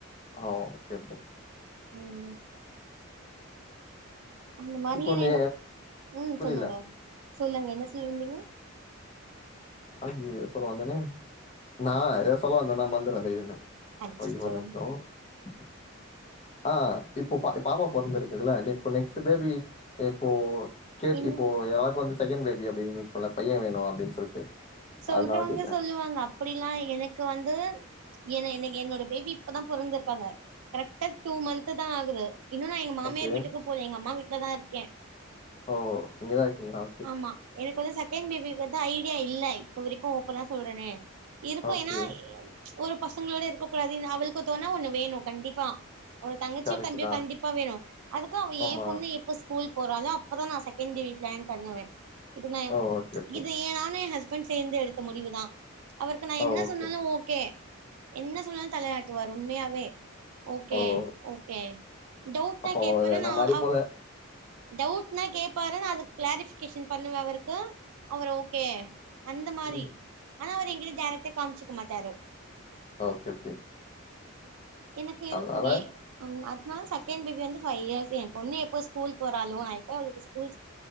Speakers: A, on the left; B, on the right.
A: ஓ சேர் செரி
B: ம் அந்த மாரி
A: இப்போ
B: எனக்
A: நீ
B: ம்
A: புரியல
B: சொல்லுங்க சொல்லுங்க என்ன சொல்ல வந்தீங்க
A: அய ஏத சொல்ல வந்தேனே நா ஏத சொல்ல வந்தே நா மறந்திருவே
B: அச்சச்சோ
A: <unintelligible> அ இப்போ பா பாப்பா பொறந்திருக்குதுல இப்ப நெக்ஸ்ட் பேபி எப்போ கேட்டு
B: என்ன
A: இப்போ யாருக்கு வந்து செகண்ட் பேபி அப்டின் பைய வேணு அப்டின் சொல்ட்டு
B: சொல்றவங்க
A: அதனால கேக்குறே
B: சொல்லுவாங்க அப்டிலா எனக்கு வந்து என்ன எனக் என்னோட பேபி இப்பதா பொறந்திருப்பாங்க கரெக்டா டூ மந்த்துதா ஆகுது இன்னு நா எங்க மாமியார்
A: ஓகே
B: வீட்டுக்கு போல எங்க அம்மா வீட்லதா இருக்
A: ஓ இங்கதா இருக்கீங்ளா
B: ஆமா எனக்கு செகண்ட் பேபிக்கு வந்து ஐடியா இல்ல இப்ப வரைக்கு ஓப்பனா சொல்றனே இருக்கு
A: ஓகே
B: ஏன்னா ஒரு பசங்ளோட இருக்க கூடாது அவளுக்கு தொண ஒண்ணு வேணு கண்டிப்பா ஒரு தங்கச்சியு
A: கரெக்ட்
B: தம்பியு
A: தா
B: கண்டிப்பா வேணு அதுக்கு அவ
A: ஆமா
B: ஏ பொண்ணு இப்ப ஸ்கூல் போறாலோ அப்பதா நா செகண்ட் பேபி ப்ளான் பண்ணுவே இது நா
A: ஓ ஓகே ஓகே
B: இது ஏனா சேந்து எடுத்த முடிவுதா அவருக்கு நா
A: ஓ
B: என்ன
A: ஓகே
B: சொன்னாலு ஓகே என்ன சொன்னாலு தலையாட்டுவாரு உண்மையாவே ஓகே
A: ஓ
B: ஓகே டவுட்னா
A: அப்போ
B: கேப்பரு
A: என்ன
B: நா
A: மாரி
B: அ
A: போல
B: டவுட் னா கேப் பாரு நா அதுக்கு களேரிபிக்கேஷன் பண்ணுவே அவருக்கு அவர் ஓகே அந்த மாரி
A: ம்
B: ஆனா அவரு எங்கிட்ட டேரக்ட்டா காமிச்சுக்க மாட்டாரு
A: ஓகே ஓகே
B: எனக்கு இருக்குமே
A: அதனால
B: ம் அது நா செகண்ட் பேபி வந்து ஃபைவ் இயர்ஸ் எ பொண்ணு எப்போ ஸ்கூல் போறாலோ நான் எப்போ அவளுக்கு ஸ்கூல்